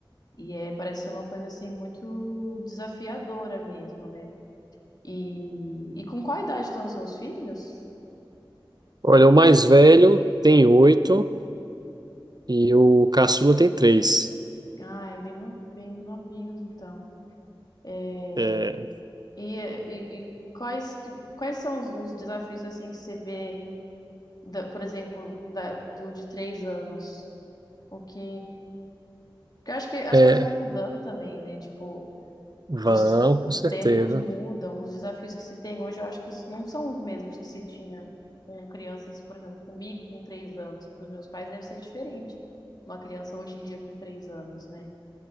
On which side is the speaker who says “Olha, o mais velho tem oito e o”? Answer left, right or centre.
Right